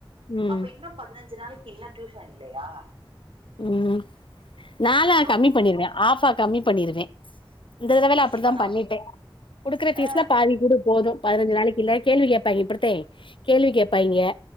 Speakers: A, on the left (about 65°); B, on the right (about 80°).
A: ம்
B: அப்ப இன்னு பதினஞ்சு நாளைக்கு இன்னு டியூஷன் இல்லையா
A: உம் நாலா
B: ரொம்
A: கம்மி பண்ணிருவே ஆபா கம்மி பண்ணிருவே இந்த தடவல்ல அப்படிதா
B: இப்ப நா
A: பண்ணிட்டே குடுக்குற பீஸ்ல
B: அ
A: பாதி கூட போது பதினஞ்சு நாளைக்கு இல் கேள்வி கே பங்கிப்பறத்தே கேள்வி கேட்பா இங்க